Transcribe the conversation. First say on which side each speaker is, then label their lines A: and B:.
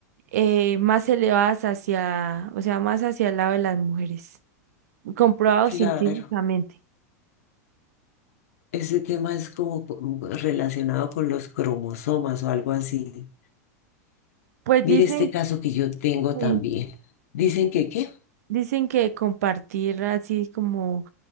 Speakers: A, on the right; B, on the left.
A: eh, más elevadas hacia, o sea, más hacia el lado de las mujeres, comprobado
B: Claro,
A: científicamente.
B: ese tema es como po- mm, relacionado con los cromosomas o algo así.
A: Pues
B: Mire
A: dicen
B: este caso que yo tengo
A: que
B: también. Dicen que, ¿qué?
A: Dicen que compartir así como,